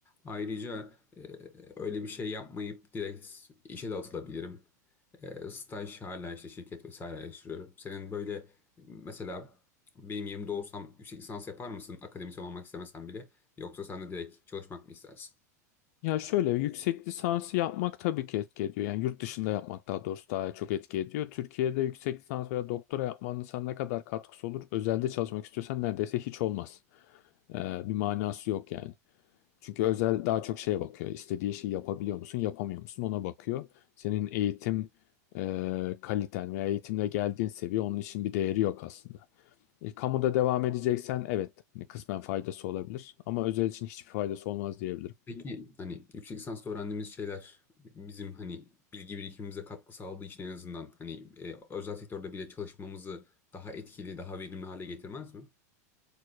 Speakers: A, on the left (about 20°); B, on the left (about 60°).
A: Ayrıca e, öyle bir şey yapmayıp direkt işe de atılabilirim. E, staj hala işte şirket vesaire araştırıyorum. Senin böyle mesela benim yerimde olsam yüksek lisans yapar mısın akademisyen olmak istemesen bile yoksa sen de direkt çalışmak mı istersin?
B: Ya şöyle yüksek lisansı yapmak tabii ki etki ediyor. Yani yurt dışında yapmak daha doğrusu daha çok etki ediyor. Türkiye'de yüksek lisans veya doktora yapmanın sana ne kadar katkısı olur? Özelde çalışmak istiyorsan neredeyse hiç olmaz. Ee, bir manası yok yani. Çünkü özel daha çok şeye bakıyor. İstediği şeyi yapabiliyor musun, yapamıyor musun ona bakıyor. Senin eğitim e, kaliten veya eğitimle geldiğin seviye onun için bir değeri yok aslında. E, kamuda devam edeceksen evet hani kısmen faydası olabilir ama özel için hiçbir faydası olmaz diyebilirim.
A: Peki hani yüksek lisansta öğrendiğimiz şeyler bizim hani bilgi birikimimize katkı sağladığı için en azından hani e, özel sektörde bile çalışmamızı daha etkili, daha verimli hale getirmez mi?